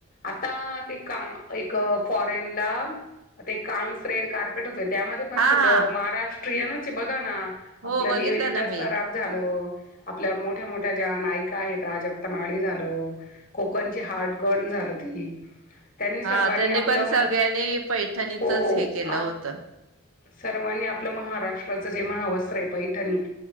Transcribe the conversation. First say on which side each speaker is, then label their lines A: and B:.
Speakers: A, on the left (about 40°); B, on the right (about 65°).
A: आता ते एक फॉरेन ला ते कॉन्फ्रेड कार्पेट त्यामध्ये पण
B: हां,
A: सगळ
B: हां.
A: महाग प्रिया न ते बघा ना आपलं
B: हो बघितलं
A: निवेदता
B: ना मी.
A: सराफ झालं. आपल्या मोठ्या मोठ्या ज्या नायिका आहेत प्राजक्ता माळी झालं. कोकणची हार्ट गर्ल झालं ती. त्यांनी सर्वांनी
B: हा त्यांनी
A: आपलं
B: पण सगळ्यांनी पैठणीचच
A: हो
B: हे केलं
A: आप
B: होत
A: सर्वांनी आपलं महाराष्ट्राचं जे महावस्त्र आहे पैठणी